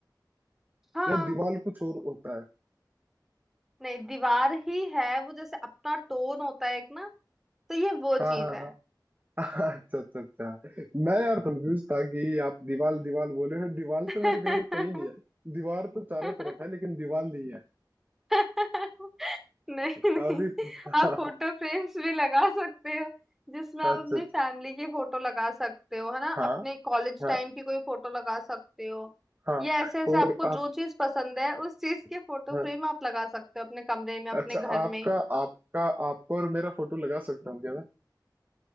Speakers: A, in the centre; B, on the right.
A: हाँ
B: या दीवार कुछ और होता है
A: नहीं दीवार ही है वो जैसे अपना टोन होता है एक ना तो ये वो
B: हाँ
A: चीज
B: हाँ हाँ <laughs> अच्छा अच्छा अच्छा मैं यार कंफ्यूज था कि आप दीवार दीवार बोले हो दीवार
A: है
B: तो मेरे घर में कहीं नहीं है दीवार तो चारों
A: <laughs>
B: तरफ है लेकिन दीवार नहीं है
A: <laughs> नहीं नहीं
B: अभी <laughs>
A: आप
B: हाँ,
A: फोटो फ्रेम्स भी लगा सकते हो जिसमें आप
B: अच्छा
A: अपनी
B: अच्छा
A: फैमिली की फोटो लगा सकते हो है ना
B: हाँ
A: अपने कॉलेज
B: हाँ
A: टाइम की कोई फोटो लगा सकते हो
B: हाँ
A: या ऐसे ऐसे
B: और
A: आपको
B: आप
A: जो चीज पसंद है उस चीज के फोटो
B: हाँ,
A: फ्रेम आप लगा सकते हो अपने कमरे में अपने
B: अच्छा
A: घर
B: आपका
A: में
B: आपका आपको और मेरा फोटो लगा सकता हूँ क्या मैं